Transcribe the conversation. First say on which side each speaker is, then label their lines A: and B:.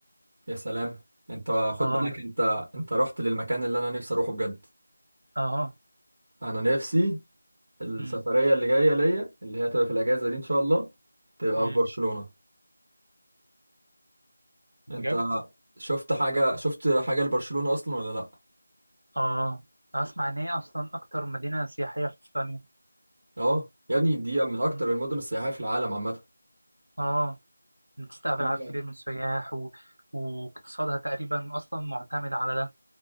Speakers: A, on the right; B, on the right.
A: يا سلام انت خد
B: اه
A: بالك انت انت رحت للمكان اللي انا نفسي اروحه بجد
B: اه
A: انا نفسي السفرية
B: امم
A: اللي جاية ليا اللي هي هتبقى في الأجازة دي إن شاء الله تبقى
B: امم
A: في برشلونة
B: بجد
A: أنت شفت حاجة شفت حاجة لبرشلونة أصلا ولا لأ؟
B: اه أسمع إن هي أصلا أكتر مدينة سياحية في إسبانيا
A: أه يا ابني دي من أكتر
B: مم.
A: المدن السياحية في العالم عامة
B: اه بتستقبل
A: فيها
B: عدد كبير من السياح و... واقتصادها تقريبا أصلا معتمد على ده